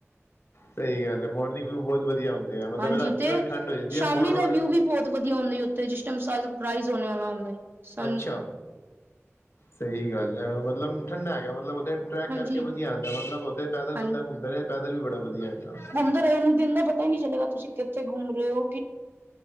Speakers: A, on the left; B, on the right.
A: ਸਈ ਗੱਲ ਐ ਮੋਰਨਿੰਗ ਵੀ ਬਹੁਤ ਵਧੀਆ ਹੁੰਦੇ ਆ ਮਤਲਬ
B: ਹਾਂਜੀ
A: ਰਾਤੀ
B: ਤੇ
A: ਥੋੜੀ ਠੰਡ ਹੀ ਜਾਂਦੀ
B: ਸ਼ਾਮੀ
A: ਐ ਮੋਲ
B: ਦਾ
A: ਰੋਡ
B: ਵਿਊ ਵੀ ਬਹੁਤ ਵਧੀਆ ਹੁੰਦੀ ਉੱਥੇ ਜਿਸ ਟਾਈਮ ਸਨ ਰਾਈਜ਼ ਆ ਹੋਣੇ ਵਾਲਾ ਹੁੰਦਾ। ਸਨ
A: ਅੱਛਾ ਸਹੀ ਗੱਲ ਐ ਮਤਲਬ ਠੰਡਾ ਹੈਗਾ ਮਤਲਬ ਉੱਥੇ ਟਰੈਕ
B: ਹਾਂਜੀ
A: ਕਰਕੇ ਵਧੀਆ ਆਂਦਾ ਮਤਲਬ ਉੱਥੇ ਪੈਦਲ
B: ਹਾਂਜੀ
A: ਬੰਦਾ ਘੁੰਮਦਾ ਰਵੇ ਪੈਦਲ ਵੀ ਬੜਾ ਵਧੀਆ ਹੈਗਾ।
B: ਉੱਧਰ ਉਹਨੂੰ ਦਿਨ ਦਾ ਪਤਾ ਈ ਨੀ ਚਲੇਗਾ ਤੁਸੀਂ ਕਿੱਥੇ ਘੁੰਮ ਰੇ ਓ।